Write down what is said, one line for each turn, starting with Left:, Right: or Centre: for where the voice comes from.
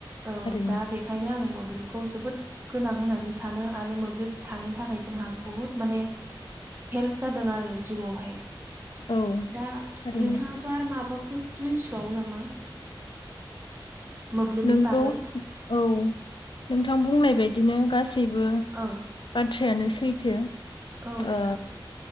Right: औ
Left: थारैनो
Right: दा बे खायनो आं मोब्लिबखौ जोबोद गोनां होननानै सानो आरो मोब्लिब थानायनि थाखाय जोंहा बुहुत माने हेल्प जादों आरो जिउआवहाय
Left: औ
Right: दा
Left: थारैनो
Right: नोंथाङा आरो माबाफोर मिथिबावो नामा मोब्लिबनि
Left: नोंगौ
Right: बागै
Left: औ नोंथां बुंनाय बायदिनो गासैबो
Right: औ
Left: बाथ्रायानो सैथो
Right: औ नोंथां
Left: ओ